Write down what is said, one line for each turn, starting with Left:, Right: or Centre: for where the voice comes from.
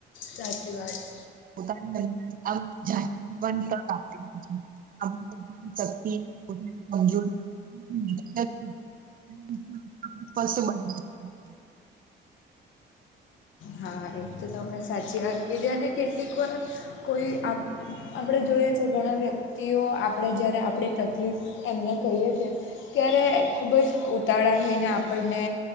Left: સાચી વાત છ
Right: પોતાની <inaudible> શક્તિ <inaudible> <inaudible>
Left: હા એ તો તમે સાચી વાત કીધી. અને કેટલીક વાર કોઈ આપ આપણે જોઇએ છે ઘણા વ્યક્તિઓ આપણે જ્યારે આપણી તકલીફ એમને કહીએ છે ત્યારે ખૂબ જ ઉતાવળા થઈને આપણને